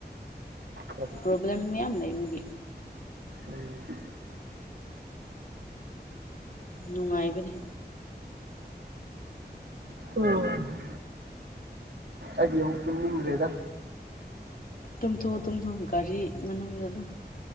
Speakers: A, on the right; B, on the left.
A: ꯀꯔꯤ
B: ꯄ꯭ꯔꯣꯕ꯭ꯂꯦꯝ ꯃꯌꯥꯝ ꯂꯩꯕꯒꯤ
A: ꯎꯝ
B: ꯅꯨꯡꯉꯥꯏꯕꯅꯤ
A: <unintelligible> ꯑꯗꯤ ꯑꯃꯨꯛ ꯇꯨꯝꯅꯤꯡ ꯗꯔꯦꯗ
B: ꯇꯨꯝꯊꯣꯛꯑꯣ ꯇꯨꯝꯊꯣꯛꯑꯣ ꯒꯥꯔꯤ ꯃꯅꯨꯡꯗ ꯑꯗꯨꯝ